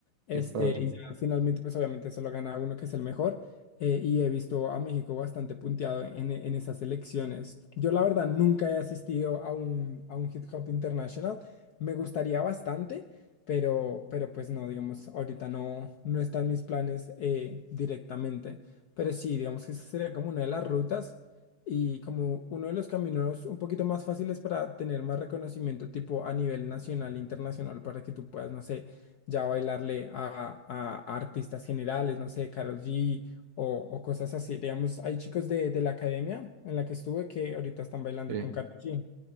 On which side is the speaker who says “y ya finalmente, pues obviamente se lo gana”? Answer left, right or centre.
Left